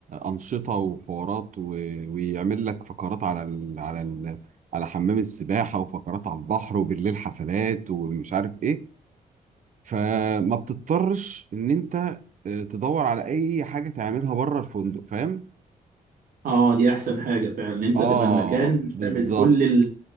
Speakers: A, on the right; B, on the right.
A: أنشطة وحوارات و- ويعمل لك فقرات على ال... على ال... على حمام السباحة وفقرات على البحر وبالليل حفلات ومش عارف ايه فما بتضطرش ان انت آه، تدور على اي حاجة تعملها بره الفندق فاهم؟
B: اه دي احسن حاجة فعلا ان انت
A: اه
B: تبقى المكان
A: بالظبط
B: تعمل كل